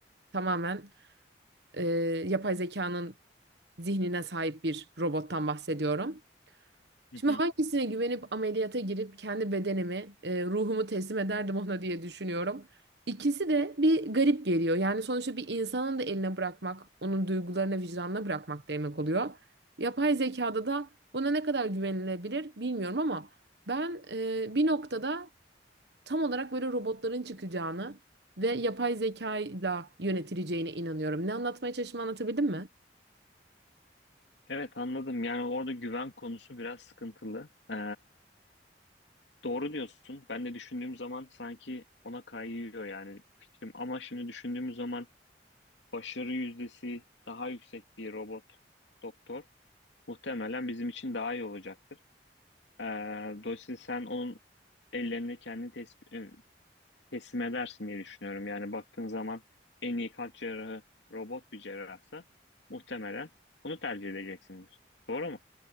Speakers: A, on the right; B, on the left.
A: tamamen e, yapay zekanın zihnine sahip bir robottan bahsediyorum.
B: Hı
A: Şimdi
B: hı.
A: hangisine güvenip ameliyata girip kendi bedenimi, e, ruhumu teslim ederdim ona diye düşünüyorum. İkisi de bir garip geliyor. Yani sonuçta bir insanın da eline bırakmak, onun duygularına, vicdanına bırakmak demek oluyor. Yapay zekada da buna ne kadar güvenilebilir bilmiyorum ama ben e, bir noktada tam olarak böyle robotların çıkacağını ve yapay zekayla yönetileceğine inanıyorum. Ne anlatmaya çalıştığımı anlatabildim mi?
B: Evet anladım. Yani orada güven konusu biraz sıkıntılı. Ee, Doğru diyorsun. Ben de düşündüğüm zaman sanki ona kayıyor yani fikrim. Ama şimdi düşündüğüm zaman başarı yüzdesi daha yüksek bir robot doktor muhtemelen bizim için daha iyi olacaktır. Ee, dolayısıyla sen onun ellerini kendin teslim, teslim edersin diye düşünüyorum. Yani baktığın zaman en iyi kalp cerrahı robot bir cerrahsa muhtemelen onu tercih edeceksindir. Doğru mu?